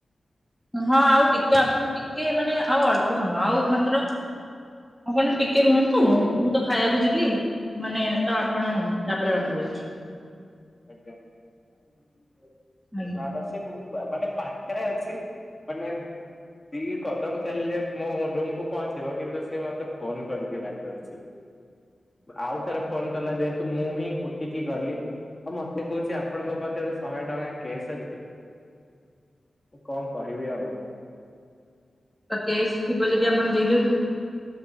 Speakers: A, in the centre; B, on the left (about 20°).
A: ହଁ ଆଉ ଟିକେ ଆପଣ ଟିକେ ମାନେ ଆଉ ଅଳ୍ପ ସମୟ ଆଉ ମାତ୍ର ଆପଣ ଟିକେ ରୁହନ୍ତୁ। ହୁଁ ମୁଁ ତ ଖାଇବାକୁ ଯିବି ମାନେ ତ ଆପଣ ତାପରେ ରଖିଦେବେ‌।
B: ଆଜ୍ଞା <unintelligible>
A: ଆଜ୍ଞା
B: ମାନେ ପାଖରେ ଅଛି ମାନେ ଦି କଦମ୍ ଚାଲିଲେ ମୋ ରୁମ୍ କୁୁ ପହଞ୍ଚିବ କିନ୍ତୁ ସେ ମତେ ଫୋନ୍ କରିକି ଡାକୁଚି। ଆଉଥରେ ଫୋନ୍ କଲା ଯେହେତୁ ମୁଁ ହିଁ ଉଠିକି ଗଲି। ଆଉ ମତେ କହୁଚି ଆପଣଙ୍କ ପାଖରେ ଶହେ ଟଙ୍କା କେସ୍ ଅଛି‌। କଣ କହିବି ଆଉ?
A: ତ କେସ୍ ଥିବ ଯଦି ଆପଣ ଦେଇଦିଅନ୍ତୁ।